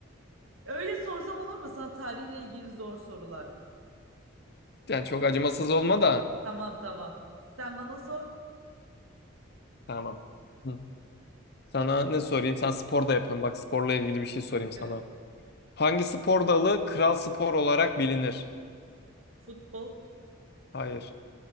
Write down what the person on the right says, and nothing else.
Öyle sorsam olur mu? Sana tarihle ilgili zor sorular.
Tamam tamam. Sen bana sor.
Evet.
Futbol,